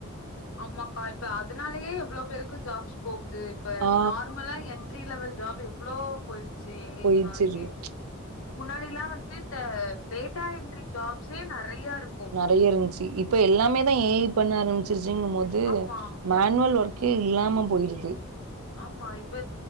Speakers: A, on the left; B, on the right.
A: ஆமாக்கா இப்ப அதுனாலயே எவ்ளோ பேருக்கு ஜாப்ஸ் போகுது இப்ப
B: ஆ
A: நார்மலா என் ட்ரீ லெவல் ஜாப் எவ்ளோ போயிடுச்சு ஏ
B: போயிடுச்சு
A: ஐனாலையே
B: இருக்கு.
A: முன்னாடில்லா வந்து இந்த டேட்டா என்ட்ரி ஜாப்ஸே நெறைய இரு
B: நறைய இருந்ச்சு இப்ப எல்லாமேதா ஏ ஐ பண்ண ஆரம்பிச்சிருச்சுங்கும்போது
A: ஆமா
B: மேனுவல் ஒர்க்கே இல்லாம போயிடுது
A: ஆமா இப்ப